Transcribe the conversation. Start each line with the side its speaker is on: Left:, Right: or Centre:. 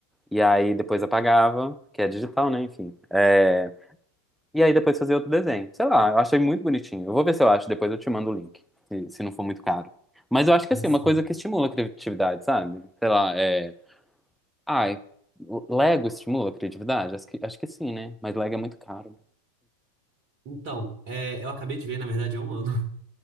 Centre: e aí depois apagava, que é digital, né? Enfim. É, e aí depois fazia outro desenho. Sei lá, eu achei muito bonitinho. Eu vou ver se eu acho, depois eu te mando o link, se, se não for muito caro. Mas eu acho que
Right: assim.
Centre: assim, é uma coisa que estimula a criatividade, sabe? Sei lá, é. Ai, Lego estimula a criatividade? Acho que, acho que sim, né? Mas Lego é muito caro.
Right: Então, é, eu acabei de ver, na verdade, há um ano. <laughs>